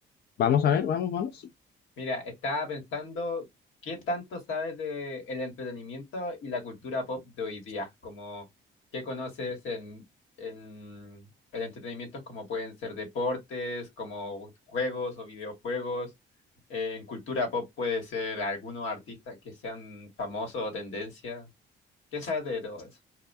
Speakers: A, on the left; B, on the left.
A: vamos a ver, vamos, vamos.
B: Mira, estaba pensando qué tanto sabes de el entretenimiento y la cultura pop de hoy día, como qué conoces en, en el entretenimiento como pueden ser deportes, como juegos o videojuegos. Eh, en cultura pop puede ser algunos artistas que sean famosos o tendencia. ¿Qué sabes de todo eso?